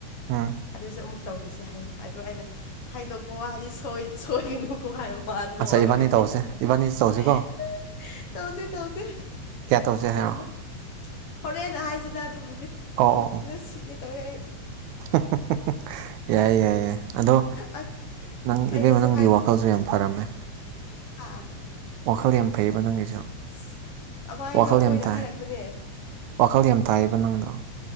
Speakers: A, on the right; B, on the left.
A: ꯎꯟ
B: ꯑꯗꯨꯁꯨ ꯑꯃꯨꯛ ꯇꯧꯈꯤꯁꯤ ꯍꯥꯏ ꯑꯗꯨ ꯑꯩꯅ ꯍꯥꯏꯗꯣꯛꯄ ꯋꯥꯗꯤꯁꯣꯏ ꯁꯣꯏꯈꯤꯅꯨꯀꯣ ꯍꯥꯏꯔꯝ ꯃꯥꯥ ꯅꯣꯛꯑꯒ
A: ꯑꯠꯆꯥ ꯏꯕꯥꯅꯤ
B: ꯂꯩ
A: ꯇꯧꯁꯦ
B: <unintelligible>
A: ꯏꯕꯥꯅꯤ ꯇꯧꯁꯤꯀꯣ
B: ꯇꯧꯁꯦ ꯇꯧꯁꯦ
A: ꯀꯌꯥ ꯇꯧꯁꯦ
B: ꯌꯥꯝ
A: ꯍꯥꯏꯔꯛꯑꯣ
B: ꯅꯣꯛ ꯍꯣꯔꯦꯟꯅ ꯍꯥꯏꯁꯤꯗ ꯑꯗꯨꯕꯨꯗꯤ
A: ꯑꯣ ꯑꯣ
B: ꯅꯣꯛꯄꯗ ꯁꯤꯒꯦ ꯇꯧꯋꯦ ꯑꯩ
A: <unintelligible> ꯌꯥꯏꯌꯦ ꯌꯥꯏꯌꯦ ꯑꯗꯣ
B: ꯑꯩ
A: ꯅꯪ
B: ꯑꯩꯅꯁꯨ
A: ꯏꯕꯦꯝꯃ ꯅꯪꯒꯤ ꯋꯥꯈꯜꯁꯦ ꯌꯥꯝ ꯐꯔꯝꯃꯦ
B: ꯍꯥꯥ
A: ꯋꯥꯈꯜ ꯌꯥꯝ ꯐꯩꯌꯦꯕ ꯅꯪꯒꯤꯁꯨ
B: ꯁꯤ ꯀꯃꯥꯏꯅꯣ
A: ꯋꯥꯈꯜ ꯌꯥꯝ
B: ꯃꯣꯏꯅ
A: ꯇꯥꯏ
B: ꯍꯥꯏꯔꯛꯄꯅꯦ꯫
A: ꯋꯥꯈꯜ ꯌꯥꯝ ꯇꯥꯏꯌꯦꯕ ꯅꯪꯗꯣ